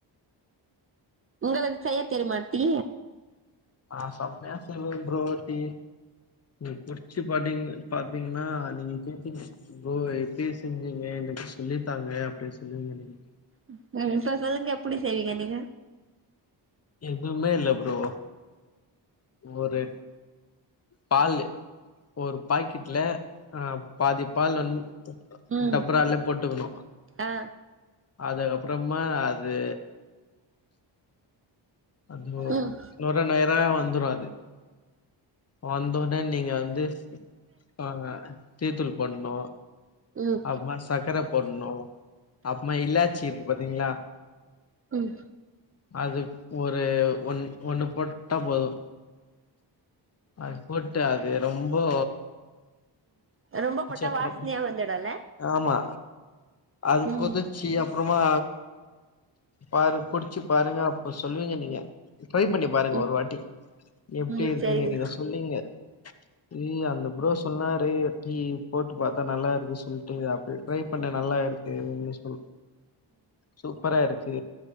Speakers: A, on the right; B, on the left.
A: உங்களுக்கு செய்ய தெருமா டீ
B: ஆ செம்மையா செலுவு புரோ டீ ம் குடிச்சு பாத்தீங் பாத்தீங்ன்னா நீங்க <inaudible> புரோ எப்டி செஞ்சீங்க எனக்கு சொல்லித்தாங்க அப்டி சொல்லுவிங்க நீங்
A: ம் அ இப்ப சொல்லுங்க எப்புடி செய்வீங்க நீங்க
B: ஏ துவுமே இல்ல புரோ ஒரு பாலு ஒரு பாக்கெட்ல ஆ பாதி பால் வந்
A: ம்
B: டபரால போட்டுக்கணு
A: ஆ
B: அதுக்கப்புறமா அது அது
A: ம்
B: நுர நேரா வந்துரு அது வந்தொடன் நீங்க வந்து ஆஹ் டீத்தூள் போடணு
A: ம்
B: அப்றோ சர்க்கர போடணு அப்றோ இலாச்சி இருக்கு பாத்தீங்களா
A: ம்
B: அது ஒரு ஒன் ஒண்ணு போட்டா போது அது போட்டு அது ரொம்போ
A: ரொம்ப போட்டா
B: அப்புறம்
A: வாசனையா வந்துடுல்ல
B: ஆமா அது
A: ம்
B: கொதிச்சி அப்புறமா பாரு குடிச்சு பாருங்க அப்போ சொல்லுவீங்க நீங்க ட்ரை பண்ணி பாருங்க
A: ம்
B: ஒரு வாட்டி எப்டி
A: ம்
B: இருக்குன்னு
A: சரிங்க
B: நீங்க சொல்லுவீங்க நீங்க அந்த ப்ரோ சொன்னாரு டீ போட்டு பாத்தா நல்லா இரு டு அப்டி ட்ரை பண்ணே நல்லா இருக்கு சூ சூப்பரா இருக்கு